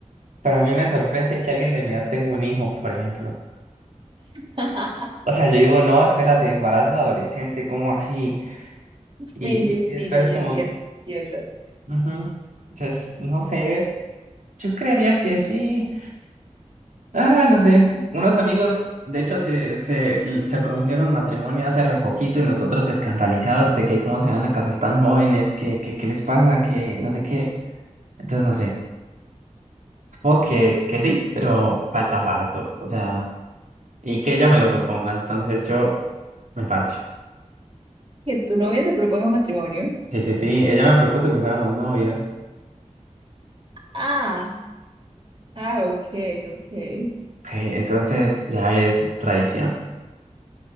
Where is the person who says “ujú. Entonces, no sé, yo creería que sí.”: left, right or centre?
Right